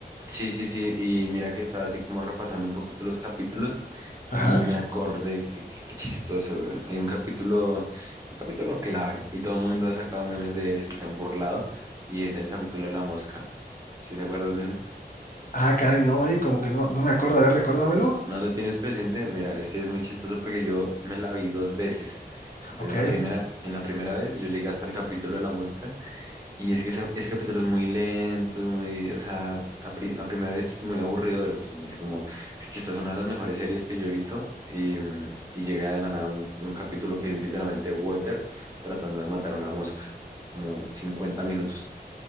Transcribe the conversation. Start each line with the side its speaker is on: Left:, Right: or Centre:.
Right: sí, sí, sí. Y mira que estaba así como repasando un poquito los capítulos
Left: Ajá.
Right: y me acordé que que- qué chistoso, güey. Hay un capítulo, un capítulo clave y todo el mundo ha sacado memes de eso y se han burlado y es el capítulo de la mosca. ¿Sí te acuerdas de ese?
Left: Ah, caray, no, eh, como que no, no me acuerdo. A ver, recuérdamelo.
Right: Mm, ¿No lo tienes presente? Mira, es que es muy chistoso porque yo me la vi dos veces. Entonces
Left: Ok.
Right: la primera, en la primera vez yo llegué hasta el capítulo de la mosca Y es que ese, ese capítulo es muy lento, es muy, o sea, a, pri- a primera vista es muy aburridor. Entonces me dice como, es que esta es una de las mejores series que yo he visto. Y, mm, y llega de la nada un, un capítulo que es literalmente Walter tratando de matar a una mosca, como 50 minutos.